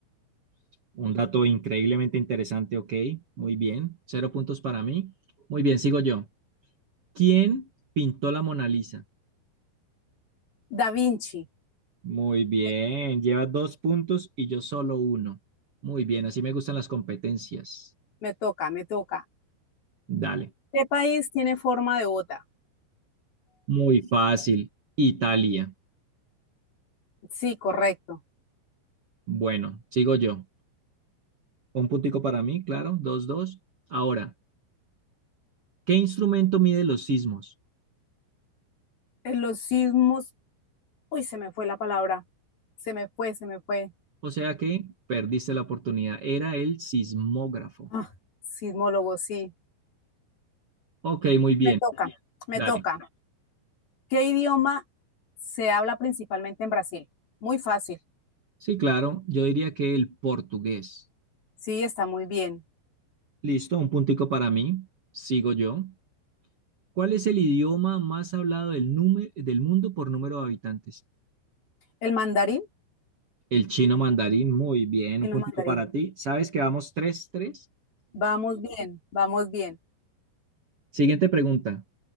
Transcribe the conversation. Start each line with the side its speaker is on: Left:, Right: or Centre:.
Right: Un dato increíblemente interesante, ok, muy bien. Cero puntos para mí. Muy bien, sigo yo. ¿Quién pintó la Mona Lisa?
Left: Da Vinci,
Right: Muy bien,
Left: me,
Right: llevas dos puntos y yo solo uno. Muy bien, así me gustan las competencias.
Left: me toca, me toca.
Right: Dale.
Left: ¿Qué país tiene forma de bota?
Right: Muy fácil. Italia.
Left: Sí, correcto.
Right: Bueno, sigo yo. Un puntico para mí, claro. dos dos. Ahora, ¿qué instrumento mide los sismos?
Left: En los sismos, uy, se me fue la palabra, se me fue, se me fue.
Right: O sea que perdiste la oportunidad. Era el sismógrafo.
Left: Ah, sismólogo, sí,
Right: Ok, muy bien.
Left: me toca, me
Right: Dale.
Left: toca. ¿Qué idioma se habla principalmente en Brasil? Muy fácil,
Right: Sí, claro. Yo diría que el portugués.
Left: sí, está muy bien.
Right: Listo, un puntico para mí. Sigo yo. ¿Cuál es el idioma más hablado del, número, del mundo por número de habitantes?
Left: ¿El mandarín?
Right: El chino mandarín. Muy bien,
Left: Sí,
Right: un
Left: no,
Right: puntico
Left: mandarín.
Right: para ti. ¿Sabes que vamos tres. 3
Left: Vamos bien, vamos bien.
Right: Siguiente pregunta.